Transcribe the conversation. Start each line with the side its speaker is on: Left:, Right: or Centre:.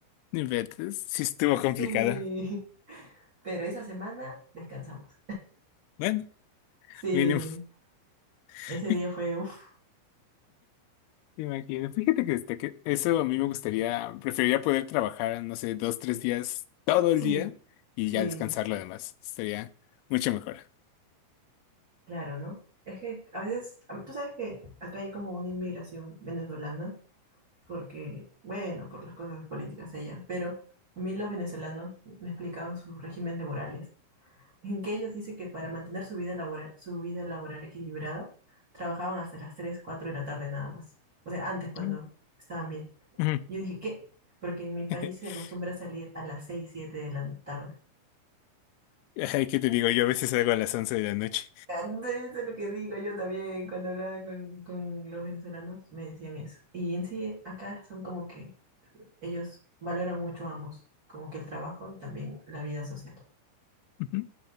Left: No inventes. Sí estuvo complicado.
Right: Sí, Pero esa semana descansamos.
Left: Bueno,
Right: sí,
Left: mínimo.
Right: Ese
Left: <laughs>
Right: día fue, uff,
Left: Me imagino. Fíjate que, este, que eso a mí me gustaría, preferiría poder trabajar, no sé, dos, tres días, todo el
Right: sí,
Left: día y
Right: sí,
Left: ya descansar lo demás. Sería mucho mejor.
Right: claro, ¿no? Es que a veces, a ve- tú sabes que acá hay como una inmigración venezolana, porque, bueno, por las cosas políticas allá, pero a mí los venezolanos me explicaban sus regímenes laborales en que ellos dicen que para mantener su vida laboral, su vida laboral equilibrada, trabajaban hasta las 3 4 de la tarde nada más. O sea, antes cuando
Left: Ujú.
Right: estaban bien.
Left: Ujú.
Right: Yo dije, ¿qué? Porque en mi país
Left: <laughs>
Right: se acostumbra salir a las 6 7 de la tarde.
Left: Ay, ¿qué te digo? Yo a veces salgo a las 11 de la noche.
Right: Ande, Eso es lo que digo yo también cuando hablaba con, con los venezolanos, me decían eso. Y en sí, acá son como que ellos valoran mucho ambos, como que el trabajo y también la vida social.
Left: Ujú.